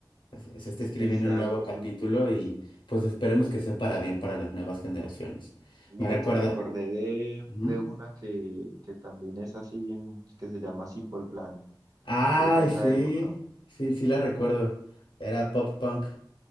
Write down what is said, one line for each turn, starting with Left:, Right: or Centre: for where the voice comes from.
Left: Se se está escribiendo
Right: Exacto.
Left: un nuevo capítulo y pues esperemos que sea para bien para las nuevas generaciones.
Right: Mira
Left: Me recuerda...
Right: que me acordé de,
Left: Ujú.
Right: de una que, que también es así, mm, que se llama Simple Plan,
Left: Ay,
Right: que era de esa
Left: sí,
Right: época.
Left: sí, sí la recuerdo. Era pop punk,